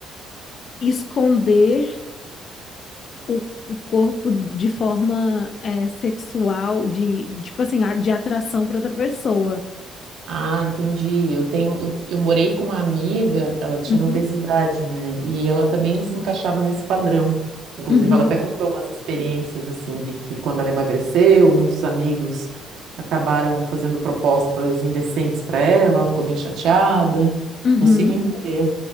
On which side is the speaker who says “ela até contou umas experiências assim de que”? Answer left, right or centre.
Right